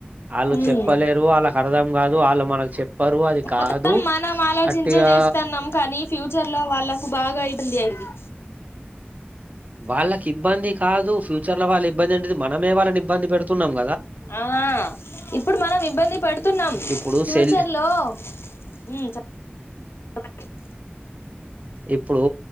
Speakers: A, on the right; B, on the left.
A: ఆళ్ళు
B: హ్మ్
A: చెప్పలేరు వాళ్ళకు అర్థం కాదు ఆళ్ళు మనకు చెప్పరు అది కాదు
B: మొత్తం మనం ఆలోచించి
A: అట్టిగా
B: చేస్తున్నాం కానీ ఫ్యూచర్ లో వాళ్ళకు బాగాయింది అయింది
A: వాళ్ళకి ఇబ్బంది కాదు ఫ్యూచర్ లో వాళ్ళ ఇబ్బంది అంటది మనమే వాళ్ళనీబ్బ బ్బంది పెడుతున్నాము
B: ఆ ఇప్పుడు మనం ఇబ్బంది పెడుతున్నాం
A: ఇప్పుడు
B: ఫ్యూచర్
A: సెల్
B: లో హ్మ చెప్ <inaudible>
A: ఇప్పుడు